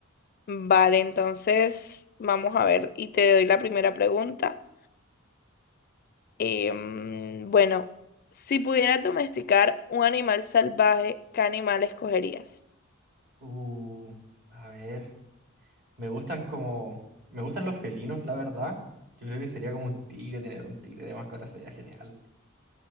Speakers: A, on the left (about 45°); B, on the right (about 50°).
A: Vale, entonces vamos a ver y te doy la primera pregunta. Em, bueno, si pudieras domesticar un animal salvaje, ¿qué animal escogerías?
B: Uh, a ver. Me gustan como... Me gustan los felinos, la verdad. Yo creo que sería como un tigre, tener un tigre de mascota sería genial.